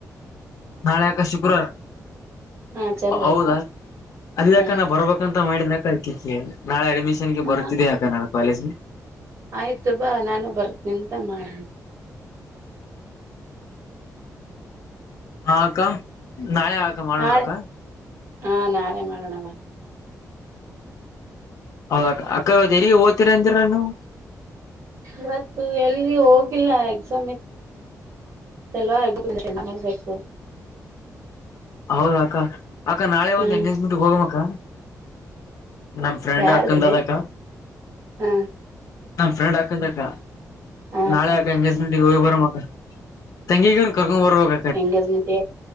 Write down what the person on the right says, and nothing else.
ಹಾ ಚಲೋ
ಇರುತ್ತೆ
ಹ
ಹ
ಆಯ್ತು ಬಾ ನಾನು ಬರ್ತನಿ ಅಂತ ಮಾಡನಿ
ನಾಳೆ
ಹಾ ನಾಳೆ ಮಾಡೋಣವ ಬಾ
ಇವತ್ತು ಎಲ್ಲಿ ಹೋಗಿಲ್ಲ ಎಕ್ಸಾಮ್ ಇ ಲ್ವಬೇಕು
ಹ್ಮ್
ಯಾರ್ದಿದೆ
ಹ
ಹಪಾ
ಹೆಂಗಜ ಮತ್ತ